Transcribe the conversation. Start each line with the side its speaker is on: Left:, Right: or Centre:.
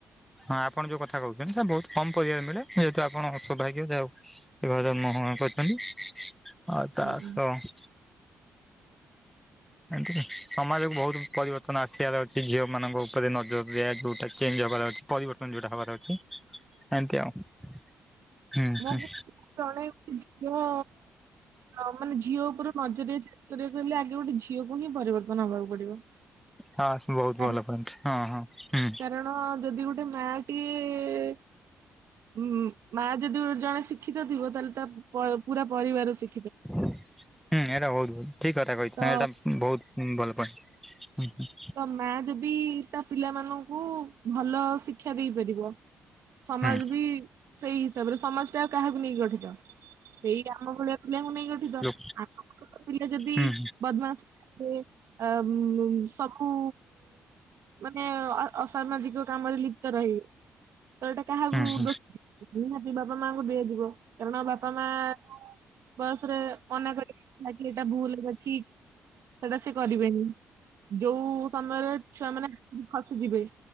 Centre: ହଁ ଆପଣ ଯୋଉ କଥା କହୁଚନ୍ତି ସେ ବହୁତ କମ ପରିବାରେ ମିଳେ ଯେହେତୁ ଆପଣ ସୌଭାଗ୍ୟ ଯା ହଉ <unintelligible> କରିଚନ୍ତି ଆଉ ତା
Right: ଆଜ୍ଞା
Centre: ସହ ଏତି ସମାଜକୁ ବହୁତ ପରିବର୍ତ୍ତନ ଆସିବାର ଅଛି ଝିଅ ମାନଙ୍କ ଉପରେ ନଜର ଦିଆ ଯଉଟା ଚେଞ୍ଜ ହେବାର ଅଛି। ପରିବର୍ତ୍ତନ ଯେଉଁଟା ହେବାର ଅଛି ଏମିତି ଆଉ। ହୁଁ
Right: ମଁ
Centre: ହୁଁ
Right: <unintelligible> ଝିଅ ହଁ ମାନେ ଝିଅ ଉପରୁ ନଜରିଆ ଚେଞ୍ଜ୍ କରିବାକୁ ହେଲେ ଆଗେ ଗୋଟେ ଝିଅକୁ ହିଁ ପରିବର୍ତ୍ତନ ହବାକୁ ପଡିବ।
Centre: ହଁ ସେ ବହୁତ
Right: କାରଣ
Centre: ଭଲ ପାଆନ୍ତି ହଁ ହଁ ହୁଁ।
Right: କାରଣ ଯଦି ଗୋଟେ ମା ଟିଏ ମା ଯଦି ଜଣେ ଶି କ୍ଷିତ ଥିବ, ତାହେଲେ ତା ପ-ପୁରା ପରିବାର ଶି
Centre: ହୁଁ ଏଇଟା ବହୁତ ଠିକ କଥା କହିଚ।
Right: ତ
Centre: ଏଇଟା ବହୁତ ଭଲ ପଏଣ୍ଟ। ହୁଁ ହୁଁ।
Right: ତା ମା ଯଦି ତା ପିଲା ମାନଙ୍କୁ ଭଲ ଶିକ୍ଷା ଦେଇପାରିବ ସମାଜ
Centre: ହୁଁ
Right: ବି ସେଇ ହିସାବରେ ସମାଜ ଟା ଆଉ କାହାକୁ ନେଇକି ଗଠିତ? ସେଇ ଆମ ଭଳିଆ ପିଲାଙ୍କୁ ନେଇକି ଗ ଠିତ।
Centre: ହୁଁ
Right: ଆମ ପିଲା ଯଦି
Centre: ହୁଁ
Right: ବଦମାସ ହେବେ ଅ ସବୁ ମାନେ ଅ-ଅସାମାଜିକ କାମରେ ଲିପ୍ତ ରହିବେ ତ ଏଇଟା କାହାକୁ
Centre: ହୁଁ ହୁଁ
Right: ଦୋଷ ନିହାତି ବାପା ମାଙ୍କୁ ଦିଆଯିବ। କାରଣ ବାପା ମା ଯୋଉ ବୟସରେ ମନା କରିବେ ନା କି ଏଇଟା ଭୁଲ ଏଇଟା ଠିକ୍, ସେଟା ସେ କରିବେନି। ଯୋଉ ସମୟରେ ଛୁଆ ମାନେ ହାତରୁ ଖସିଯିବେ।